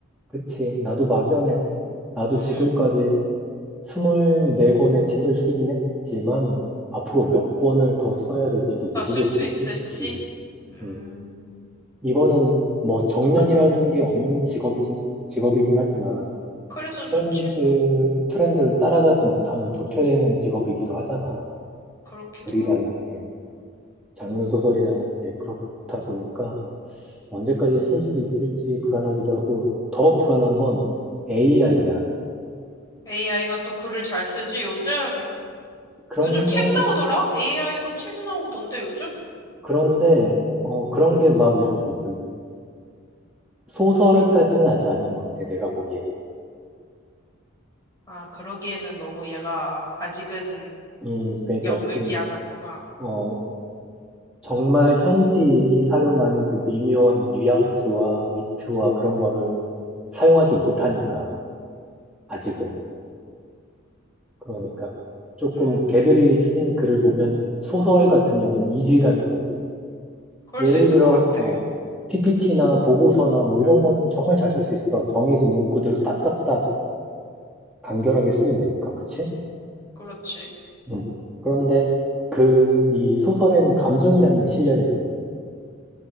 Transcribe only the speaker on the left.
응,
다
쓸 수 있을지?
음,
그래서 좋지
뭐.
그렇기도
하고.
AI가 또 글을 잘 쓰지, 요즘?
요즘 책 나오더라? AI로 책 나오던데, 요즘?
아, 그러기에는 너무 얘가 아직은
연글지
않았구나.
음,
그럴
수 있을
것 같아.
그렇지.